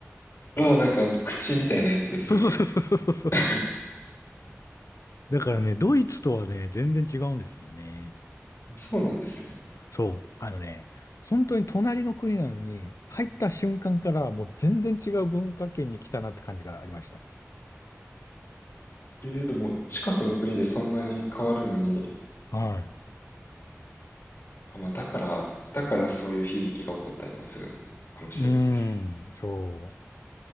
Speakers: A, on the left (about 50°); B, on the left (about 75°).
A: ああ、なんかあの、口みたいなやつですよね。
B: そうそうそうそうそうそう。
A: <laughs>
B: だからね、ドイツとはね、全然違うんですよね。
A: そうなんですね。
B: そう。あのね、本当に隣の国なのに、入った瞬間からもう全然違う文化圏に来たなって感じがありました。
A: えー、でも、近くの国でそんなに変わるのに、
B: はい。
A: あ、まあ、だから、だからそういう悲劇が起こったりもするかもしれないですね。
B: うーん、そう。